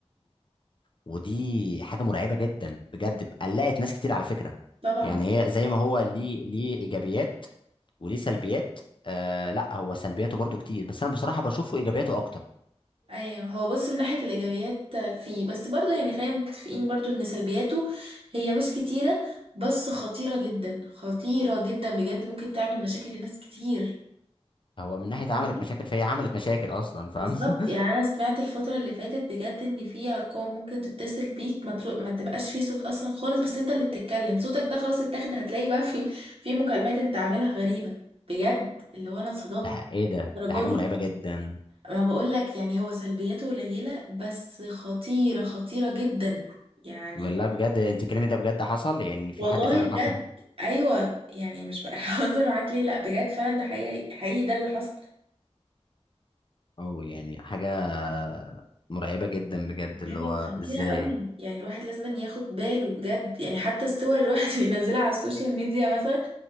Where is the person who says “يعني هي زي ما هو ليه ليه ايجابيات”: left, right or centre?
Left